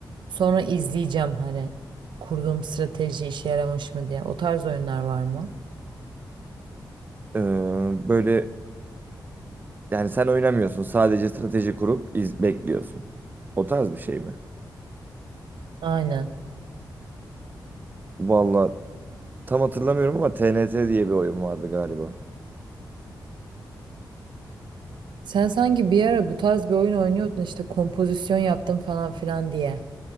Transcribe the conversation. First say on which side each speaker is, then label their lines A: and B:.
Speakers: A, on the right; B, on the right.
A: Sonra izleyeceğim hani kurduğum strateji işe yaramış mı diye. O tarz oyunlar var mı?
B: Ee, böyle Yani sen oynamıyorsun. Sadece strateji kurup iz bekliyorsun. O tarz bir şey mi?
A: Aynen.
B: Valla tam hatırlamıyorum ama TNT diye bir oyun vardı galiba.
A: Sen sanki bir ara bu tarz bir oyun oynuyordun işte kompozisyon yaptım falan filan diye.